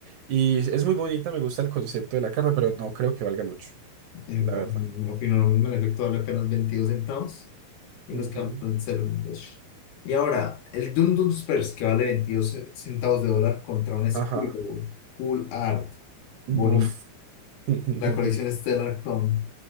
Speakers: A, on the right (about 60°); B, on the left (about 90°).
A: Y es muy bonita, me gusta el concepto de la carta, pero no creo que valga mucho,
B: Eh,
A: la
B: bueno,
A: verdad.
B: opino lo mismo, en efecto, vale apenas 22 centavos. y
A: Ujú.
B: nos quedamos en 0,2. Y ahora, el Dun Dun Spurs, que vale 22 ce- centavos de dólar contra un Scribble,
A: Ajá.
B: Full Art, bonito.
A: Buf. <laughs>
B: La colección Stellar Chrome